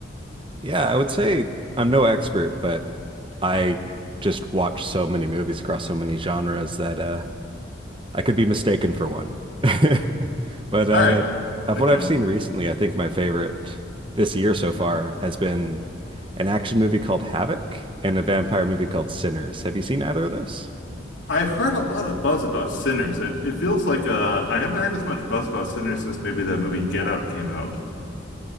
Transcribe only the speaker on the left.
All
right,
that
counts.
I've heard a lot of buzz about Sinners. It, it feels like uh, I haven't heard as much buzz about Sinners since maybe that movie Get Out came out,